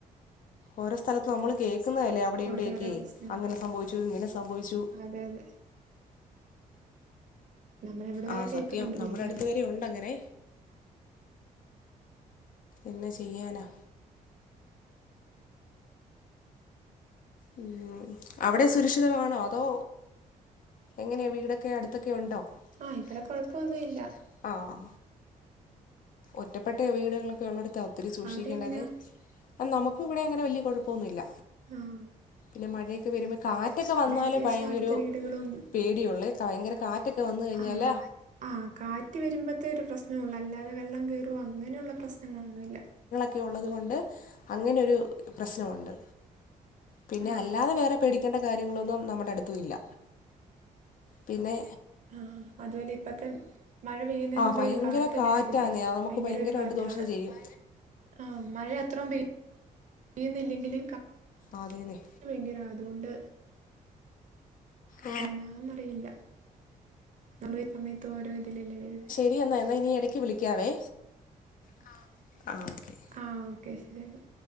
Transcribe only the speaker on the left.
ഓരോ സ്ഥലത്തും നമ്മള് കേൾക്കുന്നല്ലേ വ്ടെ ഇവ്ടെക്കെയെ
അങ്ങനെ സംഭവിച്ചു. ഇങ്ങനെ സംഭവിച്ചു.
ആഹ്
സത്യം നമ്മടെ
അട്ത്ത് വരെ യോ ണ്ട് അങ്ങനെ എന്നാ ചെയ്യാനാ? ഉം അവ്ടെ സുരക്ഷിതാണോ അതോ? എങ്ങനെയ വീടൊക്കെ അട്ത്തൊക്കെണ്ടോ ആഹ്
ഇവ്ടെ
കൊഴപ്പൊന്നുല്ല ആഹ് ഒറ്റപ്പെട്ട വീട്കളൊക്കെഒള്ളടത്താ ഒത്തിരി സൂക്ഷിക്കേണ്ടതെ.
നമുക്കും ഇവ്ടെ അങ്ങനെ വല്ല്യ കൊഴപ്പൊന്നുല്ല
പിന്നെ മഴയൊക്കെവര്മ്പൊ കാറ്റൊക്കെ വന്നാല്
ഭയ
ഒരു
പേ ടിയൊള്ള് ഭയങ്കര കാറ്റൊക്കെ വന്ന് കഴിഞ്ഞാല്
ക്കെള്ളത് കൊണ്ട് അങ്ങനൊര് പ്രശ്നംഒണ്ട്. പിന്നെ
അല്ലാതെ വേറെ പേടിക്കേണ്ട കാര്യങ്ങളൊന്നും നമ്മുടെ അടുത്തുംഇല്ല പിന്നെ
ആഹ്
ഭയങ്കര
കാറ്റാന്നേ
അത് നമുക്ക്
ഭയങ്കരമായിട്ട്
ദോഷം ചെയ്യും
അതെന്നെ.
ആഹ്
ശെരി എന്നാ എന്നാ ഇനി എടക്ക് വിളിക്കാവേ. ആഹ് ആഹ് ഓക്കെ